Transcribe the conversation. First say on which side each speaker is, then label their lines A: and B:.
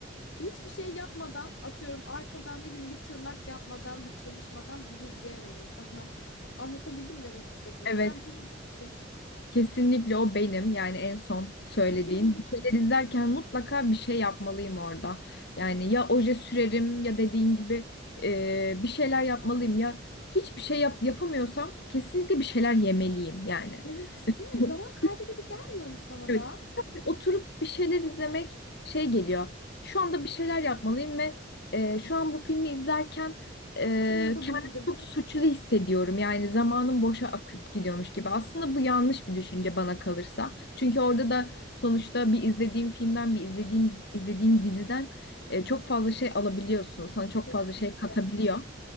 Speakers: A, on the left; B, on the left.
A: hiçbir şey yapmadan atıyorum arkadan ne bileyim bir tırnak yapmadan bir çalışmadan dizi izleyemeyen insanlar. <laughs> Anlatabildim mi demek istediğimi.
B: Evet.
A: Sen hangisisin?
B: Kesinlikle o benim yani en son söylediğin.
A: <laughs>
B: Bir şeyler izlerken mutlaka bir şey yapmalıyım orada. Yani ya oje sürerim ya dediğin gibi e, bir şeyler yapmalıyım ya hiçbir şey yap yapamıyorsam kesinlikle bir şeyler yemeliyim yani.
A: Evet, değil mi?
B: <laughs>
A: Zaman kaybı gibi gelmiyor mu sana
B: Evet.
A: da?
B: Sadece oturup bir şeyler izlemek şey geliyor. Şu anda bir şeyler yapmalıyım ve e, şu an bu filmi izlerken e,
A: Şunu yapabilirdim.
B: kendimi çok suçlu hissediyorum. Yani zamanım boşa akıp gidiyormuş gibi. Aslında bu yanlış bir düşünce bana kalırsa. Çünkü orada da sonuçta bir izlediğim filmden, bir izlediğim izlediğin diziden e, çok fazla şey alabiliyorsun. Sana çok
A: Kesinlikle.
B: fazla şey katabiliyor.